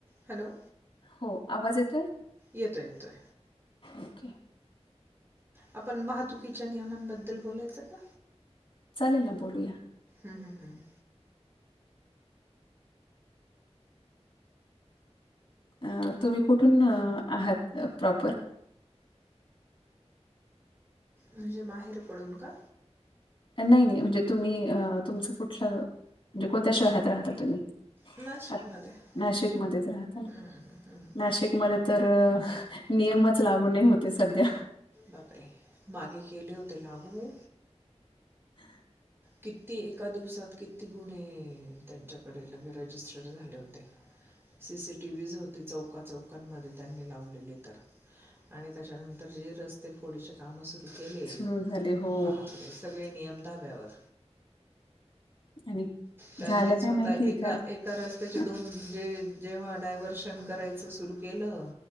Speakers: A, on the right (about 20°); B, on the left (about 50°).
A: Hello!
B: हो आवाज येतोय?
A: येतोय येतोय.
B: ओके
A: आपण वाहतुकीच्या नियमांबद्दल बोलायचं का?
B: चालेल ना बोलूया.
A: हम्म हम्म हम्म
B: अ तुम्ही कुठून आहात प्रॉपर?
A: म्हणजे बाहेर पडून का?
B: नाही नाही म्हणजे तुम्ही अ तुमचं कुठलं म्हणजे कोणत्या शहरात राहता तुम्ही?
A: नाशिकमध्ये
B: आत
A: हं,
B: नाशिकमध्येच राहत ना
A: हं, हं, हं.
B: नाशिकमध्ये तर नियमच लागू नाही होतेय सध्या.
A: बापरे! मागे केले होते लागू.
B: <inaudible>
A: किती एका दिवसात किती गुन्हे त्यांच्याकडे लगे रजिस्टर झाले होते. सीसीटीवहीज होते चौका चौकांमध्ये. त्यांनी लावलेली तर आणि त्याच्यानंतर जे रस्ते फोडीचे काम सुरु. केले
B: सुरू झाले हो
A: बापरे! सगळे नियम धाब्यावर.
B: आणि
A: त्यांनी
B: झालं
A: स्वतः
B: काय माहितीये
A: एका
B: का?
A: एका रस्त्याचे
B: अ,
A: दोन जे जेव्हा डायव्हर्शन करायचं सुरू केलं.